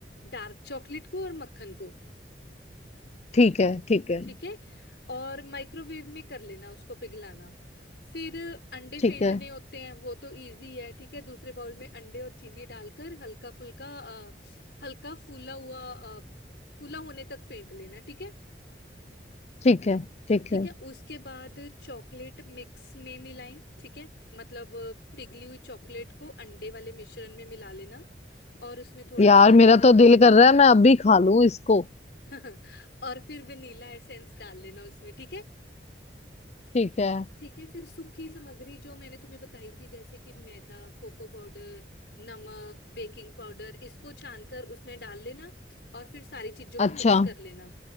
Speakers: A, on the left (about 70°); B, on the left (about 40°).
A: डार्क चॉकलेट को और मक्खन को
B: ठीक है ठीक है
A: ठीक है और माइक्रोवेव में कर लेना उसको पिघलाना फिर अंडे फेंटने
B: ठीक है
A: होते हैं वो तो इजी है ठीक है दूसरे बाउल में अंडे और चीनी डालकर हल्का फुल्का अ, हल्का फूला हुआ अ, फूला होने तक फेंट लेना ठीक है
B: ठीक है ठीक
A: ठीक
B: है
A: है उसके बाद चॉकलेट मिक्स में मिलाई ठीक है मतलब अ, पिघली हुई चॉकलेट को अंडे वाले मिश्रण में मिला लेना और उसमें थोड़ा
B: यार
A: सा
B: मेरा तो दिल कर रहा है मैं अभी खा लूं इसको
A: <laughs> और फिर वेनिला एसेंस डाल लेना उसमें ठीक है
B: ठीक है
A: ठीक है फिर सूखी सामग्री जो मैंने तुम्हें बताई थी जैसे कि मैदा कोको पाउडर नमक बेकिंग पाउडर इसको छानकर उसमें डाल लेना और फिर सारी चीजों
B: अच्छा
A: को मिक्स कर लेना